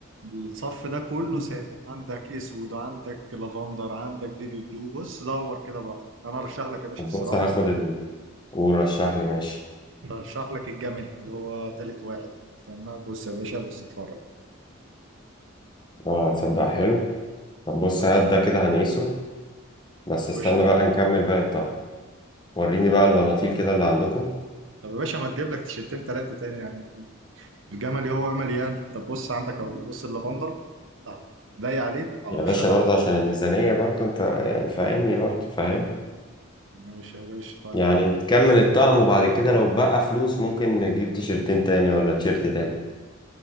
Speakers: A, on the right (about 65°); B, on the left (about 20°).
A: الصف ده كله متعب سادة عندك اسود عندك لافندر عندك بيبي بلو بص دور كده براحتك انا ارشح لك يا باشا
B: طب
A: الصراحه
B: بص هاخد ال... ورشح لي ماشي
A: ارشح لك الجملي اللي هو تالت واحد اهو استنى بص يا باشا بص اتفرج
B: اه تصدق حلو طب بص
A: اهو
B: هات ده كده هنقيسه بس استنى
A: خش يا باشا
B: بقى نكمل باقي الطقم وريني بقى البناطيل كده اللي عندكم
A: طب يا باشا ما تجيب لك تيشيرتين تلاتة تاني يعني الجملي هو املي يعني طب بص عندك اهو بص اللافندر اهو لايق عليك على
B: يا
A: بشرتك
B: باشا برضه عشان الميزانية برضه انت يعني فاهمني برضه فاهم
A: ماشي يا باشا طيب
B: يعني نكمل الطقم وبعد كده لو بقى فلوس ممكن نجيب تيشرتين تاني ولا تيشرت تاني